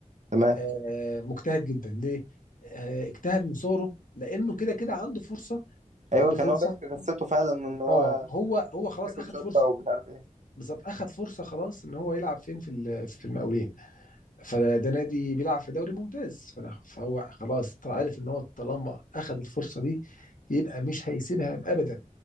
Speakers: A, on the right (about 60°); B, on the left (about 75°).
A: تمام
B: آه مجتهد جدا ليه؟ آه اجتهد من صغره لانه كده كده عنده فرصه
A: ايوه
B: عنده
A: كان
B: فرصه
A: هو بيحكي قصته فعلا ان هو
B: اه هو هو خلاص
A: ياكل
B: اخد
A: شطه
B: فرصه
A: ومش عارف ايه
B: بالظبط اخد فرصه خلاص ان هو يلعب فين في ال- في المقاولين فده نادي بيلعب في دوري ممتاز فأنا فهو خلاص طلع عارف ان هو طالما اخذ الفرصه دي يبقى مش هيسيبها ابدا